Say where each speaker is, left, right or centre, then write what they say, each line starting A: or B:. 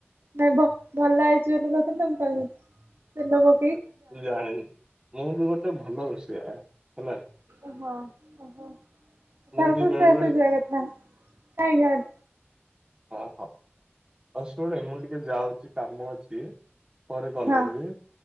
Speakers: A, on the right (about 55°); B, on the right (about 20°).
A: ନାଇ ଭ ଭଲ ହେଇଛି ବୋଲି କଥା ମୁଁ <unintelligible> ତେଲ ପ
B: ତୁ ଜାଣିନୁ ମୁଁ ବି ଗୋଟେ ଭଲ ରୋଷେୟା ହେଲା।
A: ଓହୋ ଓହୋ
B: ମୁଁ
A: ତାହେଲେ
B: ବି
A: ତୁ
B: ବେଳେ
A: ସେଫ୍
B: ବେଳେ
A: ଯିବା କଥା କାଇଁ ଗାଁ
B: ଓ ହୋ ହୋଉ ଶୁଣେ ମୁଁ ଟିକେ ଯାଉଛି କାମ ଅଛି ପରେ କଲ୍
A: ହଁ
B: କରିବି